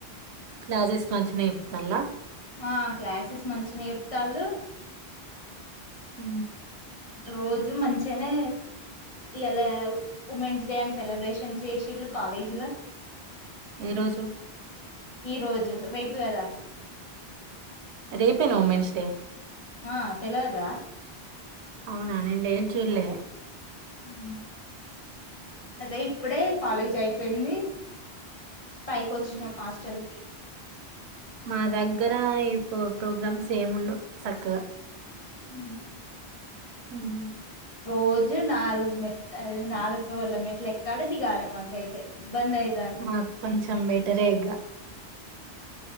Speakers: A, on the right; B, on the left.
A: క్లాజస్ మంచినేం తల్ల
B: ఆ క్లాసెస్ మంచినే ఎప్తళ్ళు
A: ఊ
B: రోజు మంచిగనే ఇలా ఉమెన్స్ డే అని సెలబ్రేషన్స్ చేసిళు కాలేజీల
A: ఈ రోజు
B: ఈ రోజు రేపు కదా
A: రేపేనా ఉమెన్స్ డే
B: ఆ తెలవదా
A: అవునా నేడేం చూర్లే
B: ఆమ్ అదే ఇప్పుడే కాలేజ్ అయిపోయింది పైకొచ్చినం
A: ఉమ్.
B: హాస్టల్ కి
A: మా దగ్గర ఈ ప్రోగ్రామ్స్ ఏముండవు సక్కగా
B: అహా
A: ఉమ్
B: రోజు నాలుగు మెట్ నాలుగు ఫ్లోర్ల మెట్లు ఎక్కాలే దిగాలె మాకైతే ఇబ్బంది అయితాంది
A: మాకు కొంచెం బెటరే ఇగ